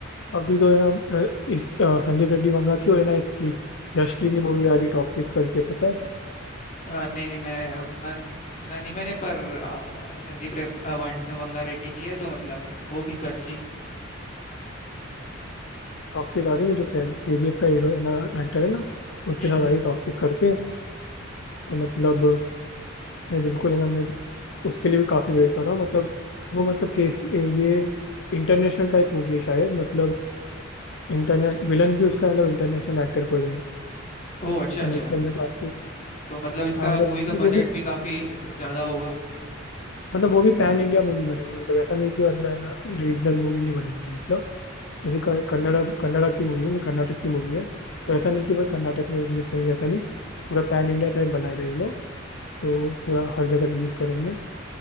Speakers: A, on the left; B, on the left.
A: अभी तो है ना अ, इस, अ, संदीप रेड्डी वंगा की और है ना इसकी यश की भी मूवी आ रही टॉक्सिक करके पता है
B: अ, नहीं नहीं मैं उतना सुना नहीं मैंने पर अ, संदीप रे, अ, वां- वंगा रेड्डी की है तो मतलब होगी तो अच्छी
A: टॉक्सिक आ रही है जो केजीएफ का हीरो है ना एक्टर है ना उसके
B: हम्म
A: साथ
B: हम्म
A: आ रही
B: हम्म।
A: टॉक्सिक करके तो मतलब मैं बिल्कुल है ना मैं उसके लिए भी काफी वेट कर रहा हूँ मतलब वो मतलब केस ये इंटरनेशनल टाइप मूवी है शायद मतलब इंटरनेश विलन भी उसका मतलब इंटरनेशनल एक्टर कोई है
B: ओह अच्छा
A: तो
B: अच्छा
A: मतलब मैं काफी
B: तो मतलब इसका
A: हाँ मतलब
B: मूवी का
A: मतलब वो
B: बजट
A: भी
B: भी काफी ज्यादा होगा
A: मतलब वो भी पैन इंडिया मूवी बनाएंगे मतलब ऐसा नहीं कि मतलब है ना रीजनल मूवी नहीं बनाएंगे मतलब जैसे क- कन्नड़ा कन्नड़ा की मूवी है मतलब कर्नाटक की मूवी है तो ऐसा नहीं कि बस कर्नाटक में रिलीज करेंगे ऐसा नहीं पूरा पैन इंडिया टाइप बना रहे हैं ये लोग तो पूरा हर जगह रिलीज करेंगे